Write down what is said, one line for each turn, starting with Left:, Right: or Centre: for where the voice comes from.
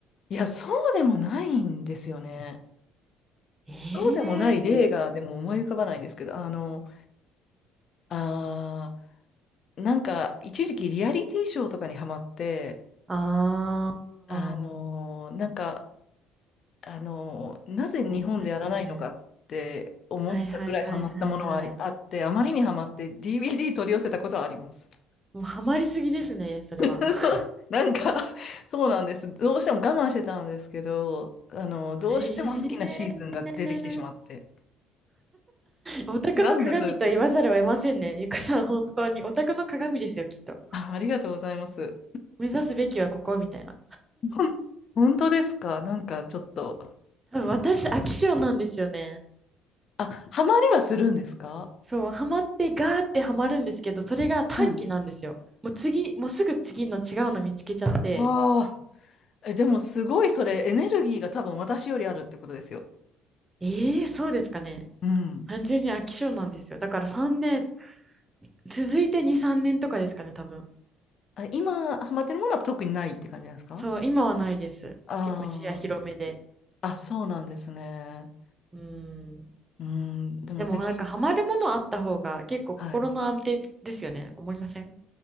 Left: いや、そうでもないんですよね。
Right: ええー
Left: そうでもない例が、でも思い浮かばないんですけど、あの、あー、なんか、一時期リアリティショーとかにハマって、
Right: ああ、
Left: あのーなんか、あの、なぜ日本でやらないのかって思ったぐらいハマったものはあり、
Right: ありましたね。はいはいはいはいはい。
Left: あって、あまりにハマって DVD 取り寄せたことはあります。
Right: もうハマりすぎですね、それは。
Left: <laughs> そうなんか、
Right: <laughs>
Left: そうなんです。どうしても我慢してたんですけど、あの、どうしても好きなシーズンが出てきてしまって。
Right: ええーオタクの鏡と言わざるを得ませんね。
Left: なんだそれ。
Right: ゆかさん、本当に。オタクの鏡ですよ、きっと。
Left: あ、ありがとうございます。
Right: 目指すべきはここみたいな。
Left: ほん本当ですかなんかちょっと。
Right: 多分私、飽き性なんですよね。
Left: あ、ハマりはするんですか
Right: そう、ハマってガーってハマるんですけど、それが短期なんですよ。
Left: はい。
Right: もう次、もうすぐ次の違うの見つけちゃって、
Left: わあ。え、でもすごいそれエネルギーが多分私よりあるってことですよ。
Right: ええー、そうですかね。
Left: うん。
Right: 単純に飽き性なんですよ。だから3年、続いて2、3年とかですかね、多分。
Left: あ、今、ハマってるものは特にないって感じなんですか
Right: そう、今はないです。
Left: あ
Right: 結構視野広めで。
Left: あー、あ、そうなんですね。
Right: うーん。
Left: うん、でもぜひ、
Right: でもなんかハマるものあった方が結構心の安定ですよね。
Left: はい。
Right: 思いません